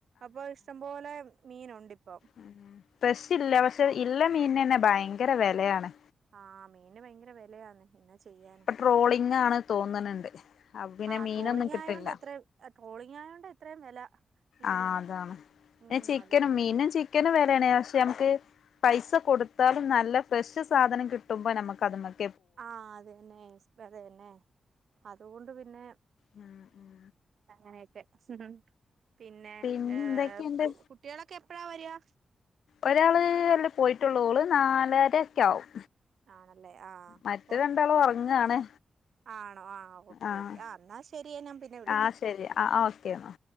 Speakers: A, on the right; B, on the left.
A: അപ്പോ ഇഷ്ടംപോലെ മീനുണ്ട് ഇപ്പം
B: ഉം ഫ്രഷ് ഇല്ല പക്ഷെ ഇള്ള മീനെ ന്നെ ഭയങ്കര വിലയാണ്
A: ആഹ് മീന് ഭയങ്കര വിലാന്ന് എന്നാ ചെയ്യാനാ
B: ഇപ്പൊ ട്രോളിംഗ് ആണ് തോന്നണണ്ട് അപ്പൊ പിന്നെ
A: ആ
B: മീനൊന്നും
A: ട്രോളിങ്
B: കിട്ടില്ല
A: ആയതോണ്ട് എത്രയും ട്രോളിങ് ആയോണ്ട് ഇത്രയും വില മീനിന്
B: ആ അതാണ്
A: ഉം
B: ചിക്കനും
A: അല്ലെങ്കി
B: മീനും ചിക്കനും വിലയാണ് പക്ഷെ നമുക്ക് പൈസ കൊടുത്താലും നല്ല ഫ്രഷ് സാധനം കിട്ടുമ്പോൾ നമുക്ക് അത് മതി
A: ആഹ് അതെന്നെ <unintelligible> അത് തന്നെ അതുകൊണ്ട് പിന്നെ
B: ഉം ഉം
A: അങ്ങനെയൊക്കെ ഉം പിന്നെ
B: പിന്നെന്തൊക്കെയുണ്ട്
A: ഏ കുട്ടികളൊക്കെ എപ്പഴാ വരുന്നേ
B: ഒരാള് അല്ലേ പോയിട്ടൊള്ളു ഓള് നാലര ഒക്കെ ആവും
A: ആണല്ലേ ആഹ്
B: മറ്റേ
A: ഓക്കെ
B: രണ്ടാളും ഉറങ്ങാണ്
A: ആണോ ആ ഓക്കെ
B: ആഹ്
A: ഓക്കെ ആ ന്നാ ശരി ഞാൻ പിന്നെ വിളിക്കാം
B: ആഹ് ശരി ആഹ് ഓക്കെ എന്നാ